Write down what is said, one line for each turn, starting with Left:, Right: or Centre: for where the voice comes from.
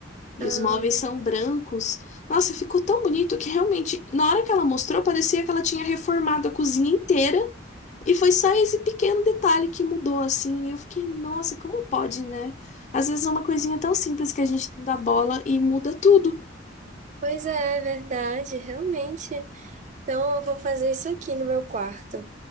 Left: e
Right: Ah,
Left: os móveis são brancos. Nossa, ficou tão bonito que realmente, na hora que ela mostrou, parecia que ela tinha reformado a cozinha inteira e foi só esse pequeno detalhe que mudou, assim. E eu fiquei, nossa, como pode, né? Às vezes é uma coisinha tão simples que a gente não dá bola e muda tudo.
Right: pois é, é verdade, realmente. Então, eu vou fazer isso aqui no meu quarto.